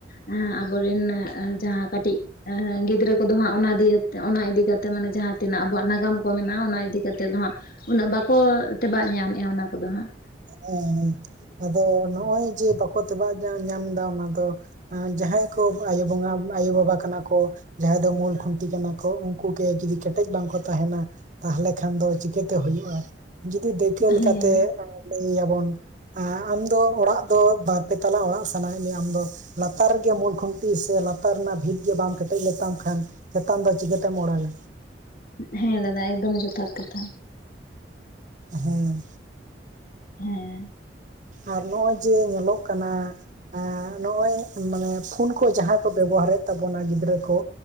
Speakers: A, on the left (about 55°); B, on the right (about 45°).
A: ᱮᱸ ᱟᱵᱚ ᱨᱤᱱ ᱮᱸ ᱡᱟᱦᱟᱸ ᱠᱟᱹᱴᱤᱡ ᱮᱸ ᱜᱤᱫᱽᱨᱟᱹ ᱠᱚᱫᱚ ᱦᱟᱸᱜ ᱚᱱᱟ ᱫᱤᱭᱟᱹᱻᱛᱮ, ᱚᱱᱟ ᱤᱫᱤ ᱠᱟᱛᱮ ᱢᱟᱱᱮ ᱡᱟᱦᱟᱸ ᱛᱤᱱᱟᱹᱜ ᱟᱵᱚᱣᱟᱜ ᱱᱟᱜᱽᱼᱟᱢ ᱠᱚ ᱢᱮᱱᱟᱜᱼᱟ ᱚᱱᱟ ᱤᱫᱤ ᱠᱟᱛᱮ ᱫᱚ ᱦᱟᱸᱜ ᱩᱱᱟᱹᱜ ᱵᱟᱠᱚ ᱛᱮᱵᱟᱜ ᱧᱟᱢᱮᱫᱼᱟ ᱚᱱᱟ ᱠᱚᱫᱚ ᱦᱟᱸᱜ᱾
B: ᱦᱮᱸ ᱦᱮᱸ ᱟᱫᱚ ᱱᱚᱜᱼᱚᱭ ᱡᱮ ᱵᱟᱠᱚ ᱛᱮᱵᱟᱜ ᱧᱟᱢᱫᱟ ᱚᱱᱟ ᱫᱚ, ᱮᱸ ᱡᱟᱦᱟᱸᱭ ᱠᱚ ᱟᱭᱳ ᱵᱚᱸᱜᱟ ᱟᱭᱳᱼᱵᱟᱵᱟ ᱠᱟᱱᱟ ᱠᱚ᱾ ᱡᱟᱦᱟᱸᱭ ᱫᱚ ᱢᱩᱞ ᱠᱷᱩᱱᱴᱤ ᱠᱟᱱᱟ ᱠᱚ ᱩᱱᱠᱩ ᱜᱮ ᱡᱩᱫᱤ ᱠᱮᱴᱮᱡ ᱵᱟᱝ ᱠᱚ ᱛᱟᱦᱮᱱᱟ᱾ ᱛᱟᱦᱚᱞᱮ ᱠᱷᱟᱱ ᱫᱚ ᱪᱤᱠᱟᱹᱛᱮ ᱦᱩᱭᱩᱜᱼᱟ ᱡᱩᱫᱤ ᱫᱟᱹᱭᱠᱟᱹ ᱞᱮᱠᱟᱛᱮ
A: ᱦᱮᱸ
B: ᱞᱟᱹᱭᱟᱵᱚᱱ, ᱮᱸᱜ ᱟᱢ ᱫᱚ ᱚᱲᱟᱜ ᱫᱚ ᱵᱟᱨᱯᱮ ᱛᱟᱞᱟ ᱚᱲᱟᱜ ᱥᱟᱱᱟᱭᱮᱫ ᱢᱮᱭᱟ ᱟᱢ ᱫᱚ᱾ ᱞᱟᱛᱟᱨ ᱨᱮᱜᱮ ᱢᱩᱞ ᱠᱷᱩᱱᱴᱤ ᱥᱮ ᱞᱟᱛᱟᱨ ᱨᱮᱱᱟᱜ ᱵᱷᱤᱛ ᱜᱮ ᱵᱟᱢ ᱠᱮᱴᱮᱡ ᱞᱮᱛᱟᱢ ᱠᱷᱟᱱ? ᱪᱮᱛᱟᱱ ᱫᱚ ᱪᱤᱠᱟᱹᱛᱮᱢ ᱚᱲᱟᱜᱟ᱾
A: ᱦᱮᱸ ᱫᱟᱫᱟ ᱮᱠᱫᱚᱢ ᱡᱚᱛᱷᱟᱛ ᱠᱟᱛᱷᱟ᱾
B: ᱦᱮᱸ,
A: ᱦᱮᱸ,
B: ᱟᱨ ᱱᱚᱜᱼᱚᱭ ᱡᱮ ᱧᱮᱞᱚᱜ ᱠᱟᱱᱟ? ᱮᱸᱜ ᱱᱚᱜᱼᱚᱭ ᱢᱟᱱᱮ ᱯᱷᱳᱱ ᱠᱚ ᱡᱟᱦᱟᱸ ᱠᱚ ᱵᱮᱵᱚᱦᱟᱨᱮᱫ ᱛᱟᱵᱚᱱᱟ ᱜᱤᱫᱽᱨᱟᱹ ᱠᱚ,